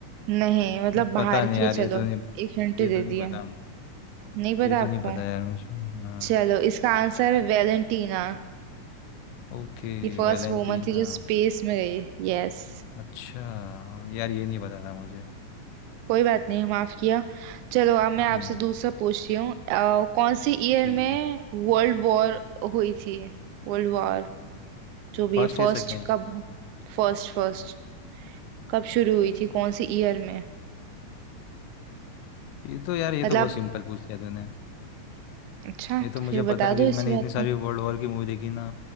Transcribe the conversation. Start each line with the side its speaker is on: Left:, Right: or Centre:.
Right: नहीं मतलब बाहर
Left: पता नहीं
Right: की
Left: यार
Right: है
Left: ये
Right: चलो
Left: तो नहीं
Right: एक घंटे
Left: ये
Right: दे
Left: तो नहीं
Right: दिया
Left: पता
Right: नहीं पता
Left: ये तो
Right: आपको
Left: नहीं पता यार मुझे हाँ
Right: चलो इसका आंसर है वेलेंटीना
Left: ओके
Right: ये फर्स्ट
Left: वैलेंटीन
Right: वुमन थी
Left: हाँ
Right: जो स्पेस में गई यस
Left: अच्छा यार ये नहीं पता था मुझे
Right: कोई बात नहीं माफ किया चलो अब मैं आपसे
Left: हम्म
Right: दूसरा पूछती हूँ अ, कौन सी ईयर
Left: ठीक
Right: में
Left: है
Right: वर्ल्ड वॉर हुई थी वर्ल्ड वॉर जो भी
Left: फर्स्ट
Right: है फर्स्ट
Left: या सेकेंड
Right: कब फर्स्ट फर्स्ट कब शुरू हुई थी कौन सी ईयर में
Left: ये तो यार ये
Right: मतलब
Left: तो बहुत सिंपल पूछ लिया तूने
Right: अच्छा
Left: ये तो
Right: तो
Left: मुझे
Right: फिर बता
Left: पता है क्योंकि
Right: दो इसी
Left: मैंने
Right: बात
Left: इतनी सारी
Right: पे
Left: वर्ल्ड वॉर की मूवी देखी ना